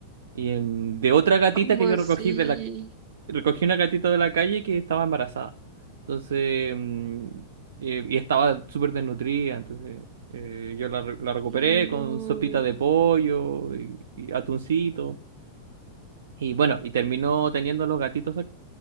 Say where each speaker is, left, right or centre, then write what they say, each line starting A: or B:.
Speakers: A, on the right; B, on the right.
A: y en- de otra gatita
B: ¿Cómo
A: que
B: así?
A: yo recogí de la, recogí una gatita de la calle que estaba embarazada. Entonces, mm, eh, y estaba súper desnutrida, entonces eh, yo la, re- la recuperé
B: No.
A: con sopita de pollo y, y atuncito. Y bueno, y terminó teniendo los gatitos